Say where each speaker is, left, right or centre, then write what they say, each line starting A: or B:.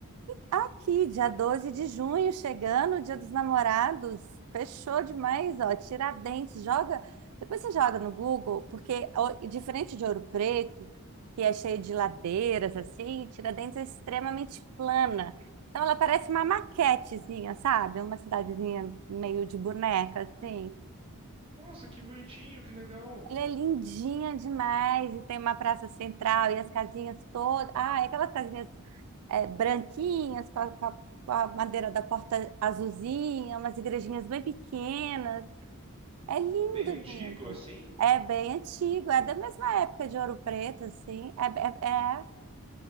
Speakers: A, on the right; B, on the right.
A: Aqui, dia 12 de junho, chegando, Dia dos Namorados. Fechou demais, ó. Tiradentes, joga. Depois você joga no Google, porque ó, diferente de Ouro Preto, que é cheio de ladeiras, assim, Tiradentes é extremamente plana. Então ela parece uma maquetezinha, sabe? Uma cidadezinha meio de boneca, assim.
B: Nossa, que bonitinho, que legal.
A: Ela é lindinha demais e tem uma praça central e as casinhas todas. Ah, é aquelas casinhas é, branquinhas, com a, com a- com a madeira da porta azulzinha, umas igrejinhas bem pequenas. É lindo,
B: Bem antigo,
A: lindo.
B: assim?
A: É bem antigo, é da mesma época de Ouro Preto, assim. É, é, é.